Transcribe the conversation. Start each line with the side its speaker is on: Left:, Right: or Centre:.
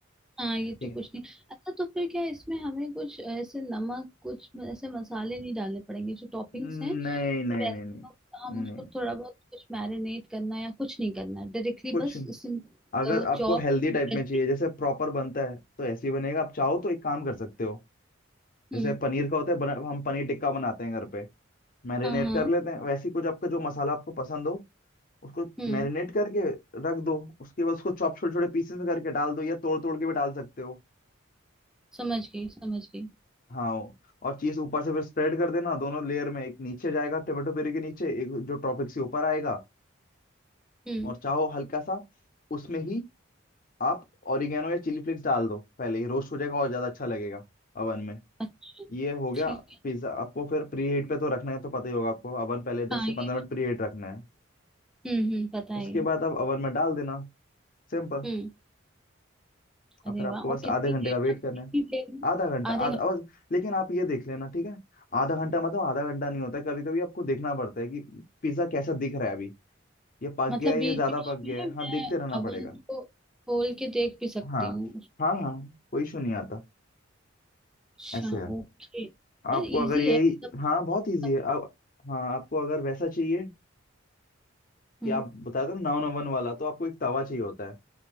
Centre: हाँ ये
Left: ठीक
Centre: तो
Left: है
Centre: कुछ नहीं अच्छा तो फिर क्या इसमें हमें कुछ ऐसे नमक कुछ म- ऐसे मसाले नहीं डालने पड़ेंगे जो टॉपिंग्स
Left: नहीं
Centre: हैं तो
Left: नहीं
Centre: वैसे
Left: नहीं नहीं
Centre: तो हम उसको
Left: नहीं
Centre: थोड़ा बहुत कुछ मैरिनेट करना है या कुछ नहीं करना है डायरेक्टली
Left: कुछ
Centre: बस
Left: नहीं।
Centre: इसे
Left: अगर आपको
Centre: चॉप
Left: हेल्दी टाइप
Centre: करके
Left: में चाहिए जैसे प्रॉपर बनता है तो ऐसे ही बनेगा आप चाहो तो एक काम कर सकते हो
Centre: हम्म
Left: जैसे पनीर का होता है बना, हम पनीर टिक्का बनाते हैं घर पे मैरिनेट
Centre: हाँ हाँ
Left: कर लेते हैं वैसे ही कुछ आपका जो मसाला आपको पसंद हो उसको
Centre: हम्म
Left: मैरिनेट करके रख दो उसके बाद उसको चॉप छोटे छोटे पीसेस में करके डाल दो या तोड़ तोड़ के भी डाल सकते हो
Centre: समझ गई समझ गई
Left: हाँ और चीज ऊपर से फिर स्प्रेड कर देना दोनों लेयर में एक नीचे जाएगा टोमेटो प्यूरी के नीचे एक जो टॉपिक से ऊपर आएगा
Centre: हम्म
Left: और चाहो हल्का सा उसमें ही आप ऑरिगेनो या चिली फ्लेक्स डाल दो पहले ही रोस्ट हो जाएगा और ज्यादा अच्छा लगेगा अवन में
Centre: अच्छा
Left: ये हो गया
Centre: ठीक है
Left: पिज्जा आपको फिर प्री हीट पे तो रखना है तो पता ही होगा आपको अवन पहले दस
Centre: हाँ
Left: से
Centre: ये
Left: पंद्रह मिनट
Centre: तो-
Left: प्री हीट रखना है
Centre: हम्म हम्म पता है
Left: उसके
Centre: ये
Left: बाद आप अवन में डाल देना सिंपल
Centre: हम्म
Left: और
Centre: अरे
Left: फिर आपको
Centre: वाह और
Left: बस
Centre: कितनी
Left: आधे घंटे
Centre: देर
Left: का वेट
Centre: तक
Left: करना
Centre: कितनी
Left: है
Centre: देर में
Left: आधा घंटा
Centre: आधे
Left: आधा बस लेकिन आप ये देख लेना ठीक है आधा घंटा मतलब आधा घंटा नहीं होता है कभी कभी आपको देखना पड़ता है कि पिज्जा कैसा दिख रहा है अभी ये पक
Centre: मतलब
Left: गया है
Centre: बीच
Left: ये ज्यादा
Centre: बीच
Left: पक गया
Centre: में
Left: है
Centre: मैं
Left: हाँ देखते रहना
Centre: अवन
Left: पड़ेगा
Centre: को खोल के देख भी सकती
Left: हाँ
Centre: हूँ
Left: हाँ हाँ कोई इशू नहीं आता
Centre: अच्छा
Left: ऐसे है
Centre: ओके यार
Left: आपको
Centre: इजी
Left: अगर यही
Centre: है मतलब
Left: हाँ
Centre: बहुत-
Left: बहुत इजी है आप हाँ आपको अगर वैसा चाहिए कि
Centre: हम्म,
Left: आप बता दो नौ नंबर वाला तो आपको एक तवा चाहिए होता है